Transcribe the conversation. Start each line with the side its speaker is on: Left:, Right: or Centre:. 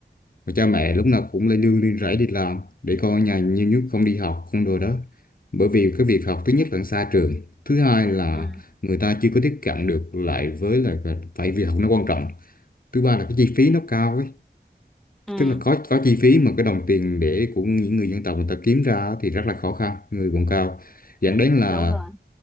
Left: Và cha mẹ lúc nào cũng lên nương lên rẫy đi làm để con ở nhà nhiều nhất không đi học không đồ đó. Bởi vì cái việc học thứ nhất là xa trường, thứ hai là
Centre: ừ
Left: người ta chưa có tiếp cận được lại với lại phải việc học nó quan trọng. Thứ ba là cái chi phí nó cao ấy
Centre: ừ
Left: tức là có có chi phí mà cái đồng tiền để của những người dân tộc người ta kiếm ra thì rất là khó khăn người vùng cao dẫn đến là
Centre: đúng rồi